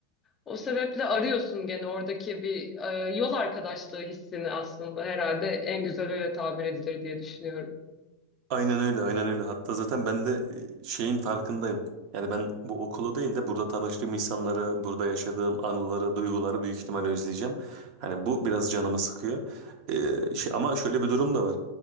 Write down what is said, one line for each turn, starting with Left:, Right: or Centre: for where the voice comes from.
Left: O sebeple arıyorsun gene oradaki bir e, yol arkadaşlığı hissini aslında herhalde en güzel öyle tabir edilir diye düşünüyorum.
Right: Aynen öyle, aynen öyle. Hatta zaten ben de e, şeyin farkındayım. Yani ben bu okulu değil de burada tanıştığım insanları, burada yaşadığım anıları, duyguları büyük ihtimalle özleyeceğim. Hani bu biraz canımı sıkıyor. Ee, şey, ama şöyle bir durum da var.